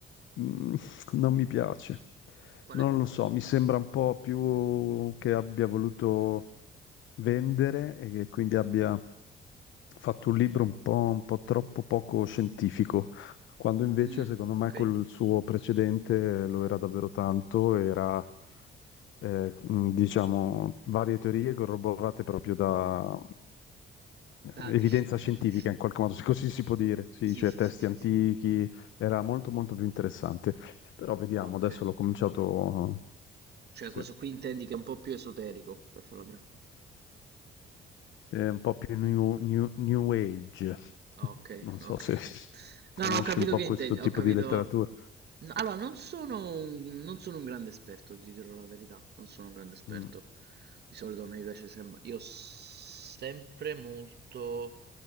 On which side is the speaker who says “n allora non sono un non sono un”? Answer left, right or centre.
Right